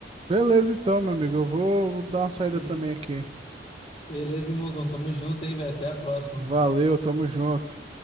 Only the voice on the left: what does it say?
Isso.
Beleza, irmãozão. Tamo junto, hein, velho. Até a próxima.